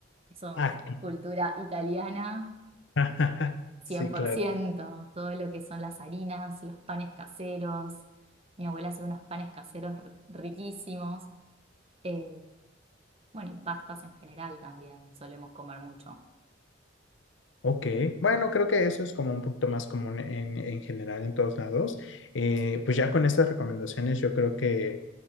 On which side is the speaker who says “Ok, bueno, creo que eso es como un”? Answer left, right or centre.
Left